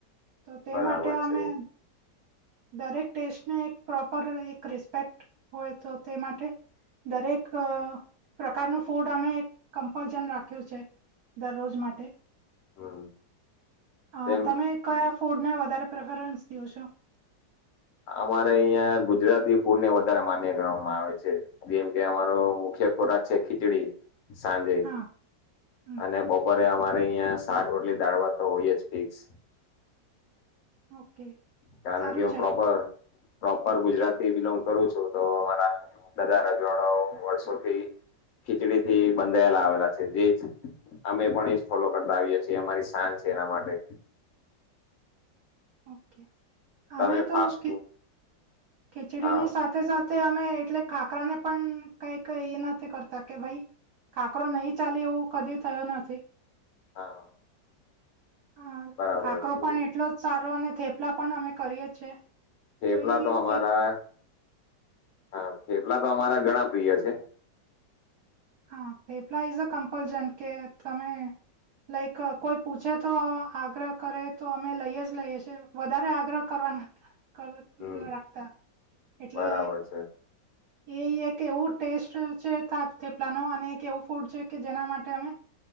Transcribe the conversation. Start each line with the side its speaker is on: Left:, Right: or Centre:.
Right: તો તે
Left: બરાબર
Right: માટે અમે.
Left: છે.
Right: દરેક ટેસ્ટને એક પ્રોપર એક રિસ્પેક્ટ હોય તો તે માટે. દરેક પ્રકારનું ફૂડ અમે કમ્પલશન રાખ્યું છે. દરરોજ માટે.
Left: હમ
Right: હા
Left: તેમ
Right: તમે કયા ફૂડને વધારે પ્રેફરન્સ દો છો.
Left: અમારે અહિયાં ગુજરાતી ફૂડ ને વધારે માન્ય કરવામાં આવે છે. જેમ કે અમારો મુખ્ય ખોરાક છે ખીચડી સાંજે.
Right: હા, હમ,
Left: અને બપોરે અમારે અહં શાક રોટલી દાળવા તો હોય જ ફિક્સ.
Right: ઓકે
Left: કારણ
Right: સારું
Left: કે હ
Right: છે,
Left: પ્રોપર. પ્રોપર ગુજરાતી બિલોંગ કરું છું તો અમારા બધા રજવાડાઓ વર્ષોથી. ખીચડી થી બંધાયેલા આવેલા છે જે જ. અમે પણ એજ ફોલો કરતા આવીએ છીએ અમારી શાન છે એના માટે.
Right: ઓકે અમે
Left: તમે
Right: તોી
Left: ફાસ્ટ ફૂડ
Right: ખીચડી
Left: હા
Right: ની સાથે. સાથે સાથે અમે એટલે ખાકરાને પણ કઈક એ નથી કરતા કે ભાઈ. કાંકરો નહીં ચાલે એવું કદી થયો નથી
Left: હા.
Right: હા
Left: બરાબર
Right: કાકરો
Left: છે
Right: પણ એટલો જ સારો અને થેપલા પણ અમે કરીએ છીએ.
Left: ચેપલા
Right: એ
Left: તો અમારા
Right: એક
Left: હા ચેપલા તો અમારા ઘણા પ્રિય છે.
Right: હા પેપલાઇઝ કપલ કે તમે લાઈક કોઈ પૂછે તો આગ્રહ કરે તો અમે લઈએ જ લઈએ છીએ વધારે આ. આગ્રહ કરવા
Left: હમ્મ.
Right: રાખતા એટલે.
Left: બરાબર છે
Right: એ એક એવું ટેસ્ટ છેા થપલા ન અને એક એવું ફૂડ છે કે જેના માટે અમે.